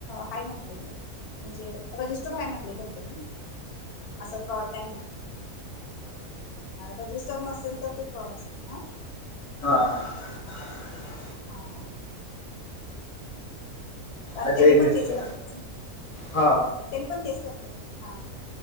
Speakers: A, on the left; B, on the left.
A: हाय म्हटले म्हणजे रिस्टर म्ह कंपनी अस फ्रॉड <inaudible> हा रजिस्टॉर नसेल तर ते फॉड अस ह
B: ह
A: हा कार
B: अजय
A: त्यांनी पण
B: मिस्टर
A: तेच करतात ना
B: हा
A: त्यानी पण तेच करत हा